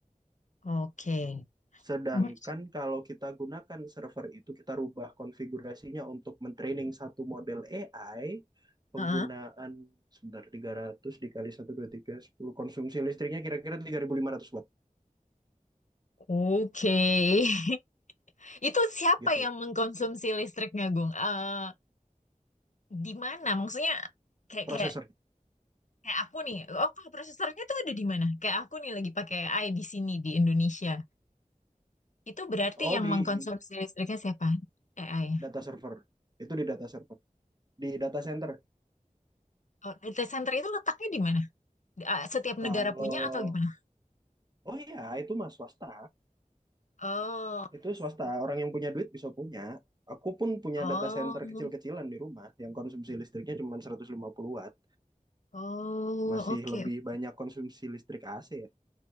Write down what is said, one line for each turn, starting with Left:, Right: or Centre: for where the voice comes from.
Left: Oke.
Right: Sedangkan
Left: Berarti,
Right: kalau kita gunakan server itu, kita rubah konfigurasinya untuk mentraining satu model AI, penggunaan
Left: ah,
Right: sebentar 300 dikali satu 2 3 10 konsumsi listriknya kira-kira 3.500 watt
Left: oke. <laughs> Itu siapa
Right: gitu.
Left: yang mengkonsumsi listriknya, Gung? Eh, di mana? Maksudnya kayak
Right: Prosesor.
Left: kayak kayak aku nih. Oh, kalau prosesornya tuh ada di mana? Kayak aku nih lagi pakai AI di sini di Indonesia. Itu berarti
Right: Oh,
Left: yang
Right: di
Left: mengkonsumsi listriknya siapa? AI.
Right: data server. Itu di data server. Di data center.
Left: Oh, data center itu letaknya di mana? Di- ah, Setiap
Right: Kalau,
Left: negara punya atau gimana?
Right: oh iya, itu mah swasta.
Left: Oh, I
Right: Itu
Left: see.
Right: swasta, orang yang punya duit bisa punya. Aku pun punya
Left: oh,
Right: data center kecil-kecilan di rumah yang konsumsi listriknya cuma 150 watt.
Left: oh,
Right: Masih
Left: oke.
Right: lebih
Left: oke.
Right: banyak konsumsi listrik AC ya.